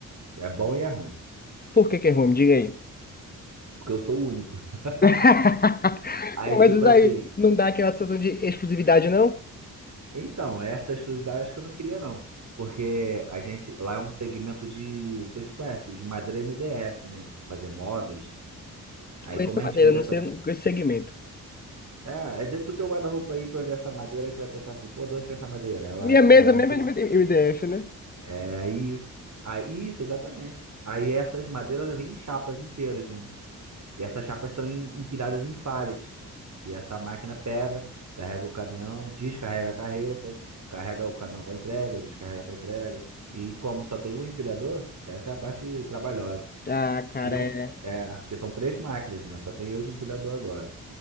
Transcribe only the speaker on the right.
É bom e é ruim,
porque eu sou o único. <laughs>
Aí
tipo
assim,
então, essa exclusividade eu acho que eu não queria não. Porque a gente, lá é um segmento de, não sei se tu conhece, de madeira MDF, né? De fazer móveis. Aí
como a
gente
vende
essa
É, é dentro do teu guarda-roupa aí, tu vai ver essa madeira e tu vai pensar assim, pô, de onde vem essa madeira? Ela,
ela
vem
de lá.
É isso. Aí, isso, exatamente. Aí essas madeiras vêm em chapas inteiras, né? E essas chapas são em- empilhadas em pallets. E essa máquina pega, carrega o caminhão, descarrega a carreta, carrega o caminhão para entrega, descarrega para entrega. E como só tem um empilhador, essa é a parte trabalhosa.
Tinham,
é, porque são três máquinas, mas só tem eu de empilhador agora.